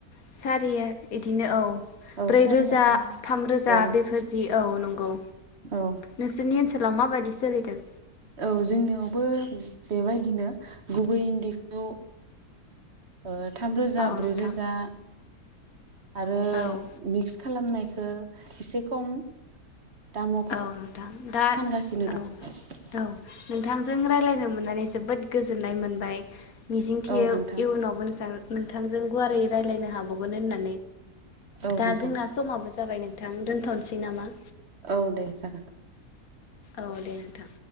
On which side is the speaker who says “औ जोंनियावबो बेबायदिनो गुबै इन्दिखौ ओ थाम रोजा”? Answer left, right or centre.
Right